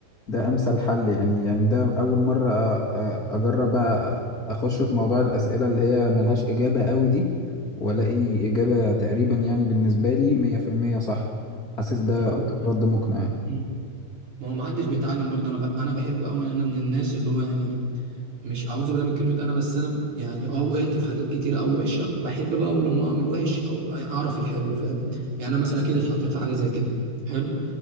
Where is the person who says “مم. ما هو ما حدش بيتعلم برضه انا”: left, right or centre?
Right